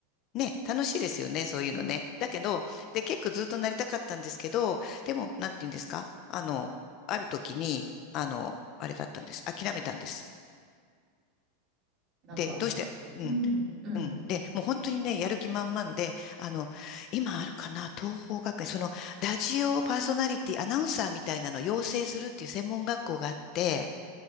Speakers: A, on the left; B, on the right.
A: ね、楽しいですよね、そういうのね。
B: うん。
A: だけど、で、結構ずっとなりたかったんですけど、でも、なんて言うんですかあの、ある時に、あの、あれだったんです。諦めたんです。
B: なんか、
A: で、どうして、うん、
B: うん、うん。
A: うん。で、もう本当にね、やる気満々で、あの、今あるかな、東邦学園、その、ラジオパーソナリティ、アナウンサーみたいなのを養成するっていう専門学校があって、